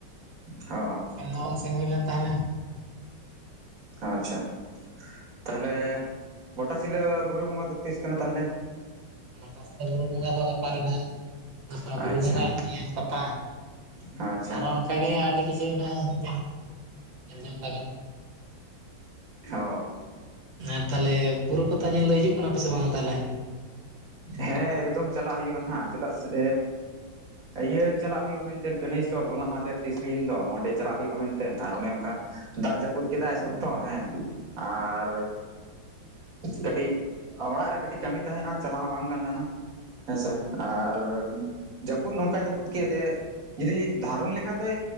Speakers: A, on the right; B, on the right.
A: ᱦᱚᱸ
B: ᱟᱨ ᱱᱚᱞ ᱥᱮᱱᱢᱟ ᱵᱟᱝ ᱥᱮᱱ ᱦᱩᱭ ᱞᱮᱱ ᱛᱟᱦᱮᱱᱟ᱾
A: ᱟᱪᱷᱟ, ᱛᱟᱦᱚᱞᱮ ᱜᱚᱴᱟ ᱥᱤᱞᱟᱹ ᱵᱩᱨᱩ ᱵᱚᱸᱜᱟ ᱫᱚ ᱛᱤᱥ ᱠᱟᱱᱟ ᱛᱟᱦᱚᱞᱮ?
B: ᱜᱚᱴᱟ ᱥᱮᱛᱟᱜ ᱵᱩᱨᱩ ᱵᱚᱸᱜᱟ ᱫᱚ ᱜᱟᱯᱟ ᱜᱮᱱᱟᱜ, ᱜᱟᱯᱟ
A: ᱟᱪᱪᱷᱟ
B: ᱵᱩᱨᱩ ᱵᱚᱸᱜᱟ, ᱢᱮᱭᱟᱝ ᱯᱟᱛᱟ᱾
A: ᱟᱪᱪᱷᱟ
B: ᱟᱨᱚ ᱚᱱᱠᱟ ᱜᱮ ᱟᱹᱰᱤ ᱠᱤᱪᱷᱩ ᱢᱮᱱᱟᱜᱼᱟ ᱮᱛᱮ ᱧᱮᱞ ᱡᱚᱝ ᱞᱟᱜᱟᱱ
A: ᱦᱳᱭ
B: ᱟᱨ ᱛᱟᱦᱞᱮ ᱵᱩᱨᱩ ᱯᱟᱛᱟ ᱧᱮᱞ ᱫᱚ ᱦᱤᱡᱩᱜ ᱠᱟᱱᱟ ᱯᱮᱥᱮ ᱵᱟᱝᱼᱟ ᱛᱟᱦᱚᱞᱮ
A: ᱦᱮᱸ ᱮᱠᱫᱚᱢ ᱪᱟᱞᱟᱜ ᱦᱩᱭᱩᱜᱼᱟ ᱱᱟᱦᱟᱸᱜ ᱪᱮᱫᱟᱜ ᱥᱮ ᱤᱭᱟᱹ ᱪᱟᱞᱟᱜ ᱦᱩᱭᱩᱜᱼᱟ ᱢᱮᱱ ᱛᱮ ᱠᱟᱱᱦᱟᱹᱭᱥᱚᱞ ᱦᱚᱞᱟ ᱢᱟᱫᱮᱨ ᱛᱤ ᱥᱩᱭᱮᱱ ᱫᱚ ᱚᱸᱰᱮ ᱪᱟᱞᱟᱜ ᱦᱩᱭᱩᱜᱼᱟ ᱢᱮᱱ ᱛᱮ ᱟᱨ ᱚᱱᱮ ᱚᱱᱠᱟ ᱫᱟᱜ ᱡᱟᱹᱯᱩᱫ ᱠᱮᱫᱟᱭ ᱥᱚᱠᱛᱚ ᱦᱮᱸ ᱟᱨ ᱠᱟᱹᱴᱤᱧ ᱚᱲᱟᱜ ᱨᱮ ᱠᱟᱹᱴᱤᱧ ᱠᱟᱹᱢᱤ ᱛᱟᱦᱮᱸᱜᱼᱟ᱾ ᱪᱟᱞᱟᱣ ᱦᱚᱸ ᱵᱟᱝ ᱜᱟᱱ ᱞᱮᱱᱟ ᱦᱮᱸᱥᱮ ᱟᱨ ᱡᱟᱹᱯᱩᱫ ᱱᱚᱝᱠᱟ ᱡᱟᱹᱯᱩᱫ ᱠᱮᱜᱼᱟᱭ ᱡᱮ ᱡᱩᱫᱤ ᱫᱷᱟᱨᱚᱱ ᱞᱮᱠᱷᱟᱱ ᱫᱚ